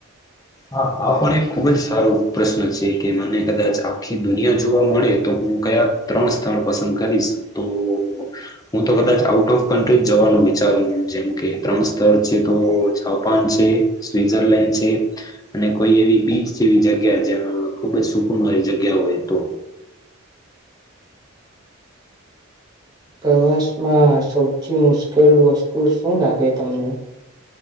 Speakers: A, on the left (about 15°); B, on the right (about 20°).
A: હા આ પણ એક ખુબ જ સારો પ્રશ્ન છે કે મને કદાચ આખી દુનિયા જોવા મળે તો હું કયા ત્રણ સ્થળ પસંદ કરીશ તો હું તો કદાચ આઉટ ઓફ કન્ટ્રી જવાનું વિચારું જેમ કે ત્રણ સ્થળ છે તો જાપાન છે સ્વઝરલેન્ડ છે અને કોઈ એવી બીચ જેવી જગ્યા જે ખુબ જ સુકનવારી જગ્યા હોય તો
B: પ્રવાસમાં સૌથી મુશ્કેલ વસ્તુ શું લાગે તમને